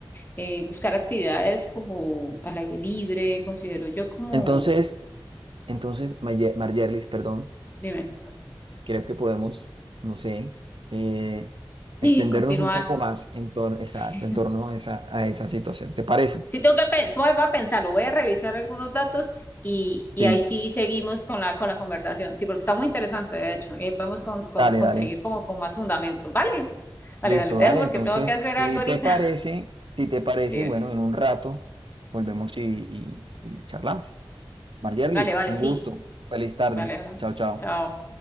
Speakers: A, on the left; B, on the right.
A: eh, buscar actividades como al aire libre, considero yo como,
B: Entonces, entonces, Maye- Margerlis, perdón.
A: dime,
B: creo que podemos, no sé, eh, extendernos
A: sí continuar.
B: un poco
A: <laughs>
B: más en torno, exacto,
A: Sí,
B: en torno a esa, a esa situación. ¿Te parece?
A: Sí tengo que, pe- voy a pensarlo, voy a revisar algunos datos y,
B: Sí,
A: y ahí sí seguimos con la, con la conversación, sí, porque está muy interesante, de hecho, y ahí podemos con- con-
B: dale,
A: conseguir
B: dale.
A: como con más fundamentos, ¿vale? Vale,
B: Listo,
A: vale, te
B: dale.
A: dejo porque
B: Entonces,
A: tengo que hacer
B: si
A: algo ahorita.
B: te parece, si te
A: <laughs>
B: parece,
A: Dime.
B: bueno, en un rato volvemos y, y, y charlamos. Margerlis,
A: Vale, vale,
B: un
A: sí,
B: gusto. Feliz tarde.
A: vale, hablamos.
B: Chao, chao.
A: Chao.